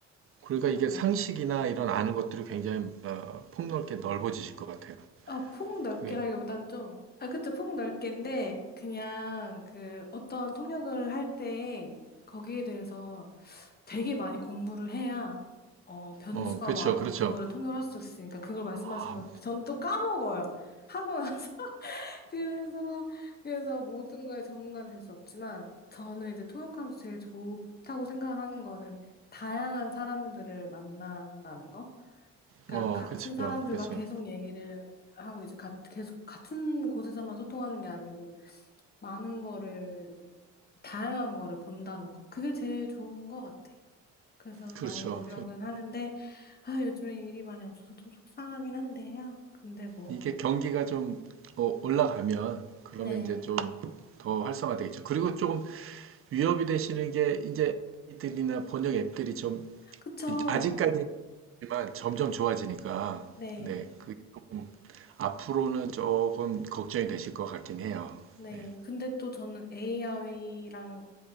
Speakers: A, on the right; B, on the left.
A: 그러니까
B: 아.
A: 이게 상식이나 이런 아는 것들이 굉장히 어, 폭넓게 넓어지실 것 같아요.
B: 어, 폭 넓게라기보단
A: 그게
B: 좀, 아, 그쵸, 폭 넓게인데, 그냥 그 어떤 통역을 할 때 거기에 대해서 되게 많이 공부를 해야, 어, 변수가
A: 어 그렇죠,
B: 와도
A: 그렇죠.
B: 그거를 통역을 할 수 있으니까 그걸 말씀하신
A: 아,
B: 것 같은데, 전 또 까먹어요. 하고 나서. <laughs> 그래서, 그래서 모든 거에 전문가는 될 수 없지만, 저는 이제 통역하면서 제일 좋다고 생각을 하는 거는 다양한 사람들을 만난다는 거? 그러니까
A: 어
B: 같은
A: 그렇죠,
B: 사람들과
A: 그렇죠,
B: 계속 얘기를 하고 이제 가, 계속 같은 곳에서만 소통하는 게 아니고 많은 거를 다양한 거를 본다는 거. 그게 제일 좋은 것 같아요. 그래서
A: 그렇죠.
B: 많이 노력은 하는데 아, 요즘에 일이 많이 없어서 좀 속상하긴 한데요. 근데 뭐
A: 이게 경기가 좀 어, 올라가면 그러면
B: 네.
A: 이제 좀 더 활성화되겠죠. 그리고 조금 위협이 되시는 게 이제 들이나 번역 앱들이 좀
B: 그쵸.
A: 아직까지지만 점점 좋아지니까
B: 네.
A: 네, 그 조금 앞으로는 조금 걱정이 되실 것 같긴 해요.
B: 네.
A: 네,
B: 근데 또 저는 AI랑